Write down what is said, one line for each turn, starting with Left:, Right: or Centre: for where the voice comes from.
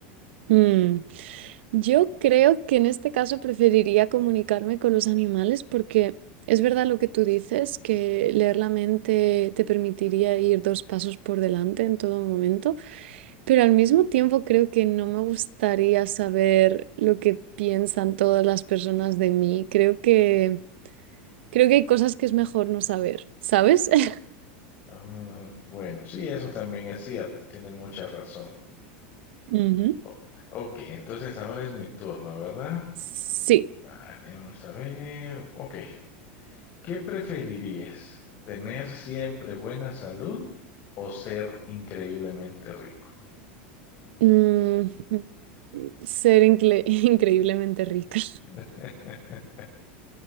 Right: Mm, Yo creo que en este caso preferiría comunicarme con los animales porque es verdad lo que tú dices, que leer la mente te permitiría ir dos pasos por delante en todo momento, pero al mismo tiempo creo que no me gustaría saber lo que piensan todas las personas de mí. Creo que creo que hay cosas que es mejor no saber, ¿sabes? <laughs>
Left: Ah, bueno, sí, eso también es cierto, tienen mucha razón.
Right: Ujú.
Left: O- ok, entonces ahora es mi turno, ¿verdad?
Right: Sí.
Left: Vale, vamos a ver. Ok, ¿qué preferirías? ¿Tener siempre buena salud o ser increíblemente rico?
Right: Mm, mm, ser incre- <laughs> increíblemente rica.
Left: <laughs>